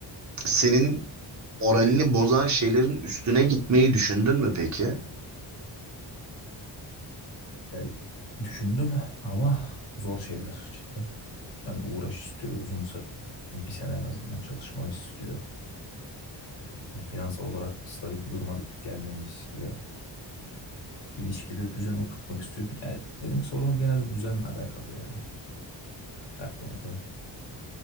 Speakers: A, on the right; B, on the left.
A: senin moralini bozan şeylerin üstüne gitmeyi düşündün mü peki?
B: Ya, düşündüm ama zor şeyler cidden. Yani uğraş istiyor, uzun sa- bir sene en azından çalışmanı istiyor. Yani finansal olarak stabil bir duruma gelmeni istiyor. İlişkide düzen oturtmak istiyor. Yani benim sorunum genelde düzenle alakalı ya her konuda.